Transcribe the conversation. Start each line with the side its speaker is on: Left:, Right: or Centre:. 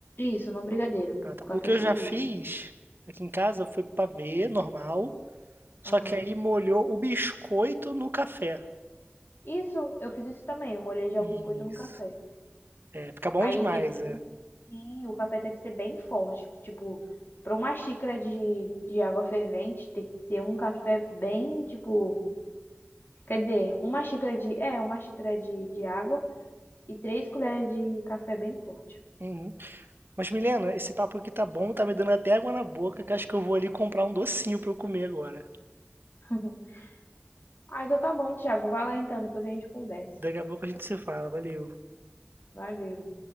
Left: Isso, no brigadeiro.
Right: Ah, tá.
Left: O
Right: O
Left: café
Right: que eu
Left: solúvel.
Right: já fiz aqui em casa foi pavê normal. Só
Left: Aham.
Right: que aí molhou o biscoito no café.
Left: Isso, eu fiz isso também. Eu molhei já
Right: Isso.
Left: o biscoito no café.
Right: É, fica bom
Left: Aí
Right: demais,
Left: tem que ser
Right: é.
Left: um. Sim, o café tem que ser bem forte. Tipo, para uma xícara de, de água fervente, tem que ser um café bem, tipo. Quer dizer, uma xícara de. É, uma xícara de, de água e três colheres de café bem forte.
Right: Uhum. Mas, Milena, esse papo aqui tá bom, tá me dando até água na boca, que acho que eu vou ali comprar um docinho pra eu comer agora.
Left: <laughs> Ah, então tá bom, Thiago. Vai lá então, depois a gente conversa.
Right: Daqui a pouco a gente se fala, valeu.
Left: Valeu.